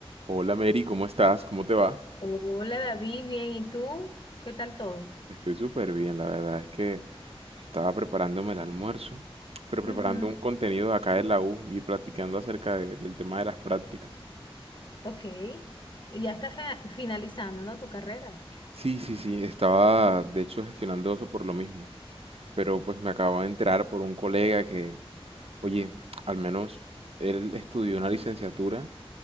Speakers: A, on the right (about 75°); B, on the left (about 55°).
A: Hola Mary, ¿cómo estás? ¿Cómo te va?
B: Hola David, bien, ¿y tú? ¿Qué tal todo?
A: Estoy súper bien, la verdad es que estaba preparándome el almuerzo, pero preparando
B: Ujú,
A: un contenido de acá de la U y platicando acerca de- del tema de las prácticas.
B: Ok, ya está fina- finalizando, ¿no? Tu carrera.
A: Sí, sí, sí, estaba de hecho gestionando eso por lo mismo, pero pues me acabo de enterar por un colega que, oye, al menos él estudió una licenciatura